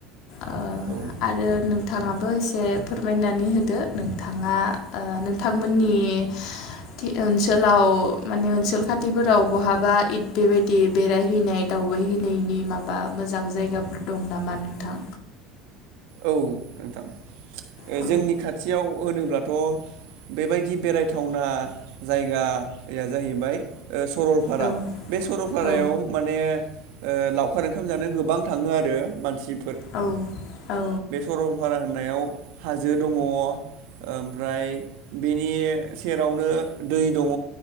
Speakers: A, on the left; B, on the right.
A: ओ
B: औ
A: आरो नोंथाङाबो एसे फोरमायनानै होदो नोंथाङा ओ नोंथांमोननि थि ओनसोलाव माने ओनसोल खाथिफोराव बहाबा इद बेबायदि बेरायहैनाय दावबायहैनायनि माबा मोजां जायगाफोर दं नामा? बा नोंथां
B: औ नोंथां
A: औ
B: जोंनि खाथियाव होनोब्लाथ' बेबायदि बेरायथावना जायगाया जाहैबाय ओ सरलपारा
A: औ
B: बे सरलपारायाव
A: औ
B: माने ओ लावखार ओंखाम जानो गोबां थाङो आरो मानसि
A: औ औ
B: सरलपारा होननायाव हाजो दङ ओमफ्राय बेनि सेरावनो दै दङ